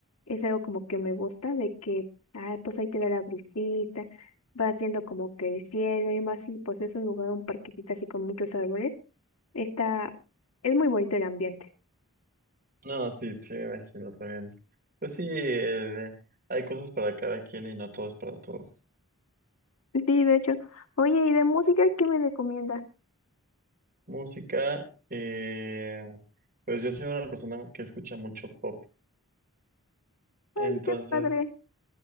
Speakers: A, on the left; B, on the right.
A: Es algo como que me gusta, de que, ah, pues ahí te da la brisita, vas viendo como que el cielo y más, y pues es un lugar, un parquecito así con muchos árboles. Está, es muy bonito el ambiente.
B: No, sí, sí, me imagino también. Pues sí, el- hay cosas para cada quien y no todo es para todos.
A: Sí, de hecho. Oye, ¿y de música qué me recomiendas?
B: Música, eh, pues yo soy una persona que escucha mucho pop, entonces
A: Ay, qué padre.